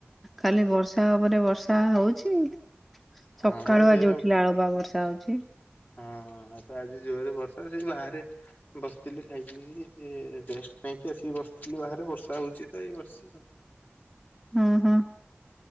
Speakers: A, in the centre; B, on the left.
A: ଖାଲି ବର୍ଷା ଉପରେ ବର୍ଷା ହଉଚି।
B: ହଁ
A: ସକାଳୁ
B: ବା ସେଇଆ
A: ଆଜି ଉଠିଲା ଆଳୁ ବା ବର୍ଷା ହଉଚି।
B: ହଁ ଆଉ ତ ଆଜି ଜୋରେ ବର୍ଷା <unintelligible> ବାହାରେ ବସିଥିଲି ଖାଇକି ପିଇକିରି ରେଷ୍ଟ ନେଇକି ଆସିକି ବସିଥିଲି ବାହାରେ ବର୍ଷା ହଉଛି ତ ଏଇ ବସିଛି ଆଉ।
A: ହଁ-ହଁ,